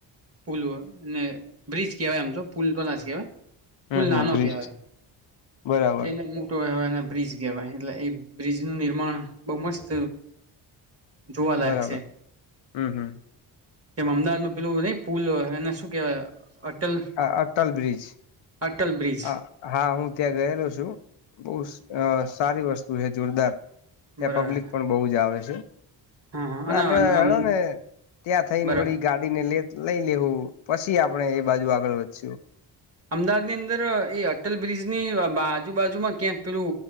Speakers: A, on the right (about 30°); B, on the left (about 75°).
A: પુલ અને બ્રિજ કહેવાય આમ તો પુલ તો ના કહેવાય
B: હમ
A: પુલ
B: હમ
A: નાનો
B: બ્રિજ
A: કહેવાય
B: બરાબર
A: એને મોટુંવા બ્રિજ કહેવાય એટલે એ બ્રિજનુંું નિર્માણ બહુ મસ્ત જોવાલાયક
B: બરાબર
A: છે
B: હમ હમ
A: જેમ અમદાવાદ નું પેલું નહી પુલ એને શું કેહેવાય અટલ
B: આ અટટલ બ્રિજ
A: અટલ બ્રિજ
B: હ હા હું ત્યાં ગયેલો છ બ સારી વસ્તુ જોરદાર ત્યાં
A: બરાબર
B: પબ્લિક પણ બહુ જ આવે છે
A: હા હા અને
B: આપડે હેળો
A: અમ
B: ને ત્યાં થઈને
A: બરા
B: વળી ગાડી ને લે લઈ લેવું પછી આપડણે બાજુ આગળ વધ્યું
A: અમદાવાદની એ અટલ બ્રિજ ની આજુબાજુમાં ક્યાંક પેલું